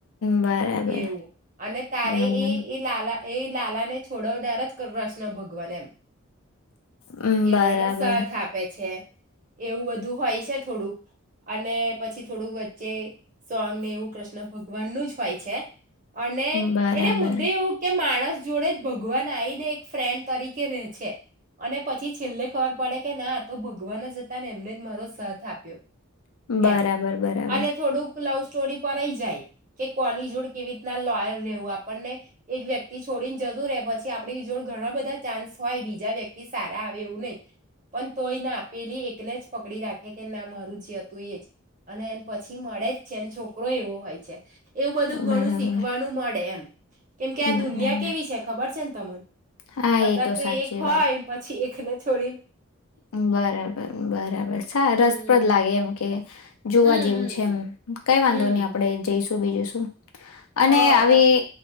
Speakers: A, on the left; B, on the right.
A: બરાબર
B: એવું અને તારે
A: બરાબર
B: એ એ લાલા એ લાલા ને છોડવનાર જ કૃષ્ ણ ભગવાન એમ.
A: બરાબર
B: એવું એને સાથ આપે છે. એવું બધું હોય છે થોડુંક અને પછી થોડુંક વચ્ચે સોંગ ને એવું કૃષ્ણ ભગવાનનું જ હોય છે. અને
A: બરાબર
B: એટલે મુદ્દે એવું કે માણસ જોડે જ ભગવાન આઈને ફ્રેન્ડ તરીકે રેહ છે અને પછી છેલ્લે ખબર પડે કે ના આતો ભગવાન જ હતા ને એમને મારો સાથ આપ્યો.
A: બરાબર
B: એમ
A: બરાબર.
B: અને થોડુંક લવ સ્ટોરી પર એઈ જાય. કે કોની જુડ કેવી રીતના લોયર રહેવું આપણને એક વ્યક્તિ છોડીને જતું રહેે પછી આપડી જોડ ઘણા બધા ચાન્સ હોય બીજા વ્યક્તિ સારા આવે એવું નહીં પણ તોય ના પેલી એકને જ પકડી રાખે કે ના મારું જે હતું એ જ. અને એન પછી મળે જ છે એન છોક કરોય એવો હોય છે. એવું બધું ઘણું
A: બરાબર
B: શીખવાનું મળે એમ. કેમ કે આ
A: બરાબર
B: દુનિયા કેવી છે ખબર છે ન તમન?
A: હા
B: અત્યારે
A: એ
B: તો
A: સાચી
B: એક હોય ન પછી એક એને છોડીન
A: અ બરાબર. હમ્મ બરાબર. સા રસપ્રદ
B: હમ
A: લાગે એમ કે જોવા
B: હમ
A: જેવું
B: હમ
A: છે
B: હમ
A: એમ કાઈ વાંધો
B: હમ
A: નઈ આપડે જઈશ શું બીજું શું? અને
B: હ
A: આવી
B: પછી